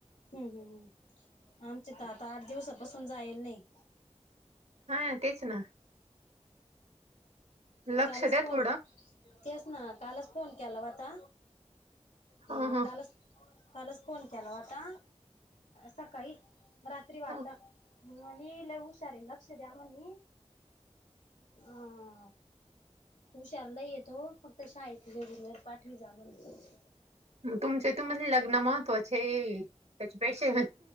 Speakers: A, on the left; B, on the right.
A: हम्म हम्म हम्म, आमचे दादा आठ दिवसापासून जायला नाही.
B: हा तेच ना. लक्ष
A: त्यालाच
B: द्या
A: फोन
B: थोडं
A: तेच ना, कालच फोन केला व्हता हां
B: ह ह
A: कालच त्यालाच फोन केला होता. सकाळी, रात्री वाटत.
B: ह
A: म्हणी लय हुशार आहे. लक्ष द्या म्हणली हा <unintelligible>
B: मग तुमचं तुम्हाला लग्न महत्त्वाचे आहे. त्याच्यापेक्षा